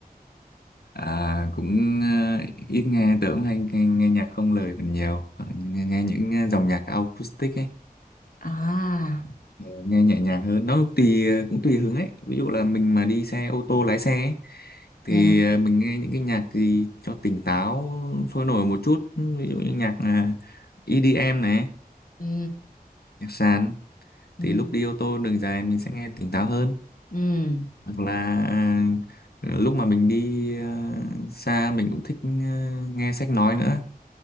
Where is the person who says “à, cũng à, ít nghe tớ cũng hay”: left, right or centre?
Left